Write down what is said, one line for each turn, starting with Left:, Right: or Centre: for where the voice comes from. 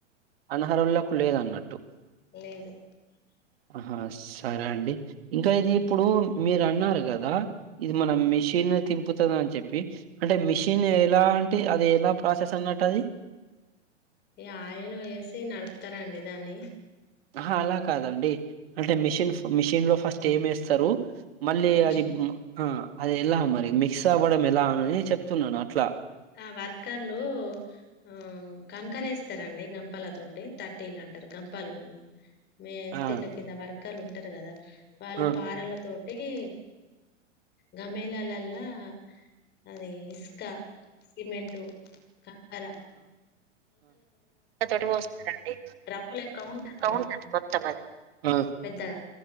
Right: అనహహలకు లేదన్నట్టు
Left: లేదు
Right: ఆహా సరే అండి ఇంకా ఇది ఇప్పుడు మీరు అన్నారు కదా ఇది మనం మిషిన్ తింపుతుంద అని చెప్పి అంటే మిషిన్ ఎలా అంటే అది ఎదో ప్రాసెస్ అన్నట్టు అది
Left: ఈ ఆయిల్ వేసి నడుపుతారండి దాన్ని
Right: ఆహా అలా కాదండి అంటే మిషన్ మిషన్ లో ఫస్ట్ ఏం వేస్తారు మళ్ళీ
Left: మిషన్
Right: అది ఆ అది ఎలా మరి మిక్స్ అవ్వడం ఎలా అని చెప్తున్నాను అట్లా
Left: ఆ వర్కర్లు ఆ కంకర వేస్తారంండి గంపల తోటి థర్టీలాంట ంటారు గంపాలు మే
Right: ఆ
Left: స్త్రీల కింద వర్గాలు ఉంటారు కదా వాళ్ళు
Right: ఆ
Left: పారలతో అే గమ్యలాలలా అదే ఇసుకా సిమెంటు ఖార
Right: తటి పోస్తడి
Left: డ్రమ్ము లెక్క ఉంటది
Right: ఉంటారు మొత్తం అది ఆ
Left: పెద్దగా